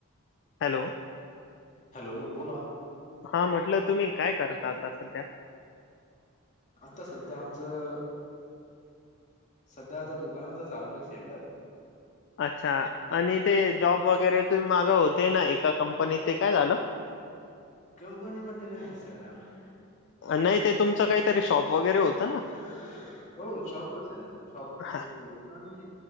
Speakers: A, on the left; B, on the left.
A: हॅलो!
B: हॅलो बोला.
A: हा म्हटलं तुम्ही काय करता आता सध्या.
B: आता सध्या आमचं. सध्या आता दुकानाच चालू आहे सेटअप.
A: अच्छा आणि ते जॉब वगैरे तु मागं होते ना एका कंपनीत ते काय झालं.
B: कंपनीमध्ये नाही सर आम्ही.
A: नाही ते तुमचं काहीतरी शॉप वगैरे होतं
B: <inaudible>
A: ना?
B: हो शॉपच आहे ना शॉप मध्येच
A: हां,
B: बोलल ना मी.